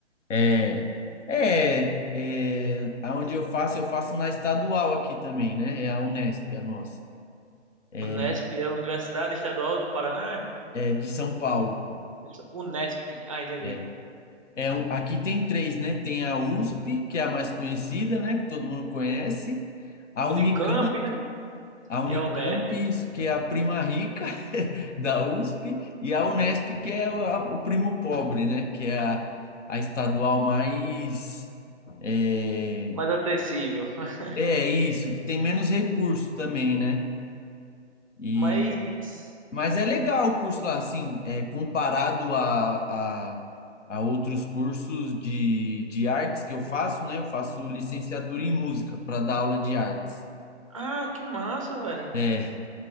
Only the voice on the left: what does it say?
É, é, é, aonde eu faço, eu faço na estadual aqui também, né? É a Unesp, a nossa. É,
é de São Paulo.
É, é, um- aqui tem três, né? Tem a USP, que é a mais conhecida, né? Que todo mundo conhece. A
Unicamp,
A Unicamp,
isso, que é a prima rica <laughs> da USP, e a Unesp, que é o, a- o primo pobre, né? Que é a, a estadual mais. É,
é isso, que tem menos recurso também, né? E,
mas é legal o curso lá, assim, é, comparado a, a, a outros cursos de, de artes que eu faço, né? Eu faço licenciatura em música para dar aula de artes.
É,